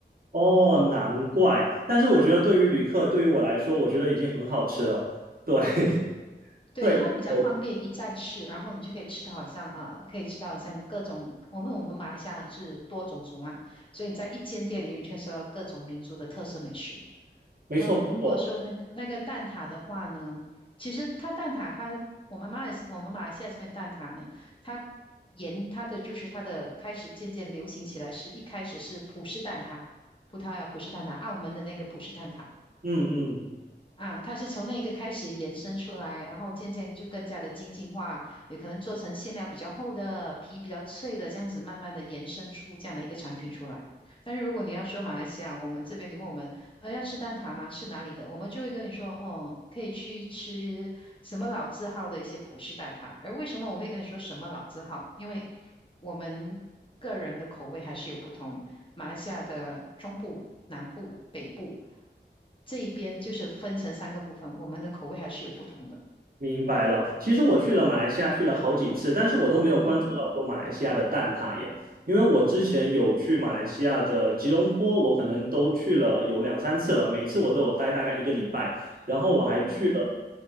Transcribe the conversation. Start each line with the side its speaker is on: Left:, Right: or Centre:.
Right: 哦，难怪。但是我觉得对于旅客，对于我来说，我觉得已经很好吃了。对，<laughs>
Left: 对，
Right: 对，
Left: 它比较方便一站式，
Right: 我
Left: 然后你就可以吃到好像啊、呃可以吃到好像各种，我们我们马来西亚是多种族嘛，所以你在一间店里你就可以吃到各种民族的特色美食。
Right: 没错没错。
Left: 然后如果说那个那个蛋挞的话呢，其实它蛋挞它我们马来西我们马来西亚这边蛋挞呢，它沿它的就是它的开始渐渐流行起来是，一开始是葡式蛋挞，葡萄牙葡式蛋挞，澳门的那个葡式蛋挞。
Right: 嗯嗯
Left: 啊，它是从那个开始延伸出来，然后渐渐就更加的精进化，有可能做成馅料比较厚的、皮比较脆的，这样子慢慢的延伸出这样的一个产品出来。但是如果你要说马来西亚，我们这边你问我们，呃，要吃蛋挞吗？吃哪里的？我们就会跟你说，哦，可以去吃什么老字号的一些葡式蛋挞。而为什么我会跟你说什么老字号？因为我们个人的口味还是有不同。马来西亚的中部、南部、北部这一边，就是分成三个部分，我们的口味还是有不同的。
Right: 明白了。其实我去了马来西亚，去了好几次，但是我都没有关注到说马来西亚的蛋挞耶。
Left: 嗯哼，
Right: 因为我之前有去马来西亚的吉隆坡，我可能都去了有两三次了，每一次我都有待大概一个礼拜。然后我还去了
Left: 嗯哼，